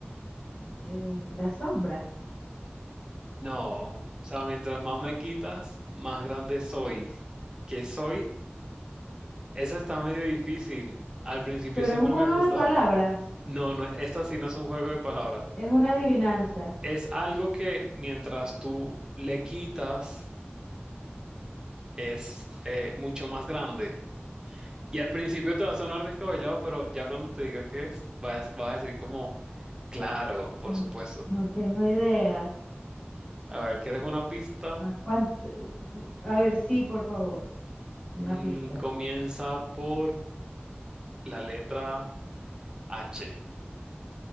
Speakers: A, on the left (about 25°); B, on the right (about 20°).
A: eh, la sombra.
B: No. O sea, mientras más me quitas, más grande soy. ¿Qué soy? Esa está medio difícil. Al principio
A: Pero
B: siempre
A: es un juego
B: me costaba.
A: de palabras.
B: No, no, esta sí no es un juego de palabras.
A: Es una adivinanza.
B: Es algo que mientras tú le quitas, es eh, mucho más grande. Y al principio te va a sonar descabellado, pero ya cuando te diga qué es, vas, vas a decir como, claro, por
A: No,
B: supuesto.
A: no tengo idea.
B: A ver, ¿quieres una pista?
A: Ah. ¿Cuánto- A ver, sí, por favor. Una
B: Mm,
A: pista.
B: comienza por la letra H.